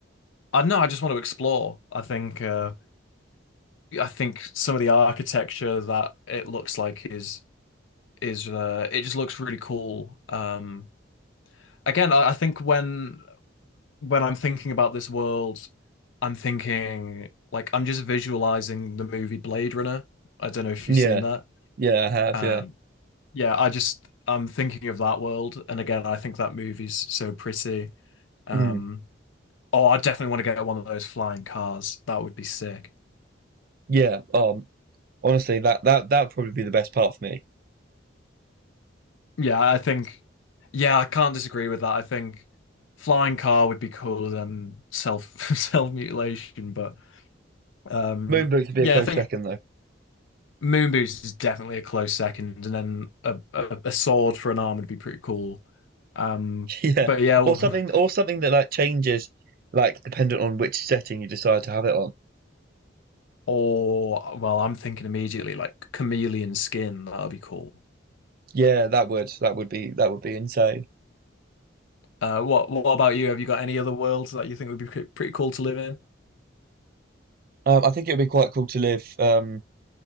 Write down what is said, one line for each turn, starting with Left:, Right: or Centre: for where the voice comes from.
Left: I don't know. I just want to explore. I think uh, I think some of the architecture that it looks like is is uh, it just looks really cool. Um, again, I, I think when when I'm thinking about this world, I'm thinking like I'm just visualizing the movie Blade Runner. I don't know if
Right: Yeah,
Left: you've seen that.
Right: yeah, I have.
Left: Um,
Right: Yeah,
Left: yeah, I just I'm thinking of that world, and again, I think that movie's so pretty. Um,
Right: mm,
Left: oh, I definitely want to get one of those flying cars. That would be sick.
Right: yeah. Um, honestly, that that that would probably be the best part for me.
Left: Yeah, I think. Yeah, I can't disagree with that. I think flying car would be cooler than self <laughs> self mutilation, but um,
Right: Moonboot could be
Left: yeah,
Right: a close
Left: I think
Right: second though. <laughs>
Left: Moon boots is definitely a close second, and then a, a, a sword for an arm would be pretty cool. Um,
Right: Yeah.
Left: but yeah, <laughs> or,
Right: Or something or something that like changes like dependent on which setting you decide to have it on.
Left: or well, I'm thinking immediately like chameleon skin. That will be cool.
Right: Yeah, that would that would be that would be insane.
Left: Uh, what what about you? Have you got any other worlds that you think would be pre- pretty cool to live in?
Right: Um, I think it would be quite cool to live um